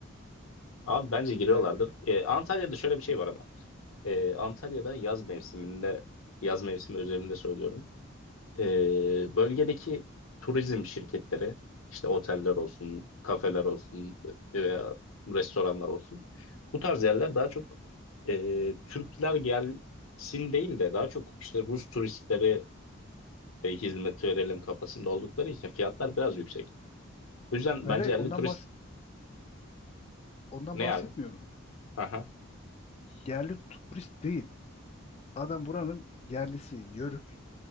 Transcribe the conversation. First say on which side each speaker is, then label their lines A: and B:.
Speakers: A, on the left; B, on the left.
A: Abi bence giriyorlardır.
B: Yani
A: E, Antalya'da şöyle bir şey var ama. Ee, Antalya'da yaz mevsiminde, yaz mevsimi özelinde söylüyorum. Ee, bölgedeki turizm şirketleri, işte oteller olsun, kafeler olsun veya restoranlar olsun. Bu tarz yerler daha çok e, Türkler gelsin değil de daha çok işte Rus turistleri e, hizmet verelim kafasında oldukları için fiyatlar biraz yüksek. O yüzden
B: hayır
A: bence
B: hayır
A: yerli
B: ondan
A: turist
B: bahs ondan
A: ne
B: bahsetmiyorum.
A: abi? Aha.
B: Yerli turist değil. Adam buranın yerlisi, yörük.